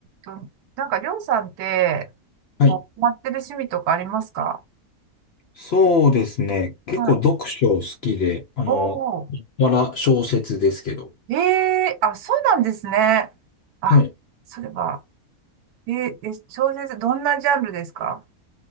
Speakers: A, on the right; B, on the left.
A: あなんか、りょうさんって、
B: はい。
A: こう、ハマってる趣味とかありますか
B: そうですね。結構読書好きで、
A: はい。
B: あの、
A: おー。
B: まだ小説ですけど。
A: ええあ、そうなんですね。あ、
B: はい。
A: それは、えーえ、小説、どんなジャンルですか